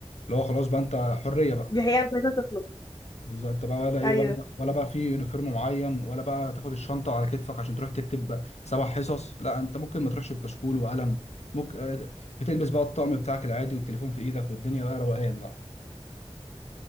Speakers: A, on the left; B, on the left.
A: اللي هو خلاص بقى انت حريه بقى
B: دي حقيقة مش عايزة تخلص
A: بالظبط انت بقى ولا ايه
B: ايوه
A: ولا ولا بقى في يونيفورم معين ولا بقى تاخد الشنطه على كتفك عشان تروح تكتب سبع حصص لا انت ممكن ما تروحش بكشكول وقلم ممكن آه، بتلبس بقى الطقم بتاعك العادي والتليفون في ايدك والدنيا بقى روقان بقى